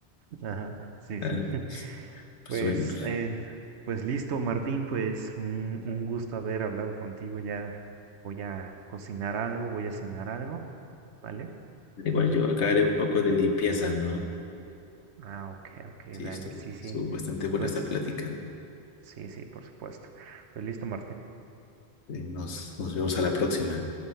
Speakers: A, on the right; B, on the left.
A: Ajá, sí,
B: Ah,
A: sí.
B: pues, pues
A: Pues,
B: bueno,
A: eh, pues listo, Martín, pues un, un gusto haber hablado contigo. Ya voy a cocinar algo, voy a cenar algo, ¿vale?
B: igual yo acá haré un poco de limpieza, ¿no?
A: Ah, ok, ok,
B: Sí,
A: dale,
B: estuvo,
A: sí, sí.
B: estuvo bastante buena
A: Pues
B: esta plática.
A: sí, sí, por supuesto. Pues listo, Martín.
B: Eh, nos, nos vemos a la próxima.